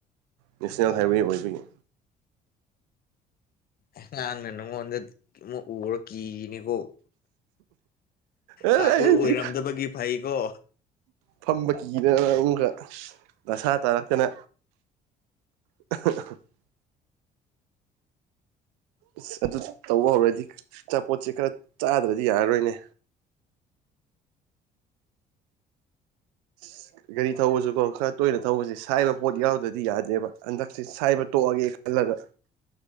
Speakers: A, on the right (about 70°); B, on the left (about 45°).
A: ꯅꯦꯁꯅꯦꯜ ꯍꯥꯏꯋꯦ ꯑꯣꯏꯕꯒꯤ
B: ꯑꯉꯥꯡꯅ ꯅꯉꯣꯟꯗ ꯑꯃꯨꯛ ꯎꯔꯒ ꯀꯤꯅꯤꯀꯣ
A: ꯑꯦ
B: ꯗꯥꯛꯀꯨ
A: ꯑꯩꯗꯤ
B: ꯑꯣꯢꯔꯝꯗꯕꯒꯤ ꯐꯩꯀꯣ
A: ꯐꯝꯕ ꯀꯤꯗꯅ ꯑꯃꯨꯛꯀ ꯗꯥꯁꯥ ꯇꯥꯔꯛꯇꯅ <inaudible> ꯑꯁ ꯑꯗꯨ ꯇꯧꯕ ꯍꯧꯔꯗꯤ ꯑꯆꯥꯄꯣꯠꯆꯦ ꯈꯔ ꯆꯥꯗ꯭ꯔꯗꯤ ꯌꯥꯔꯔꯣꯏꯅꯦ <inaudible> ꯒꯔꯤ ꯊꯧꯕꯁꯨꯀꯣ ꯈꯔ ꯇꯣꯏꯅ ꯊꯧꯕꯁꯦ ꯁꯥꯏꯕ ꯄꯣꯠ ꯌꯥꯎꯗꯗꯤ ꯌꯥꯗꯦꯕ ꯍꯟꯗꯛꯁꯦ ꯁꯥꯏꯕ ꯇꯣꯛꯑꯒꯦ ꯈꯜꯂꯒ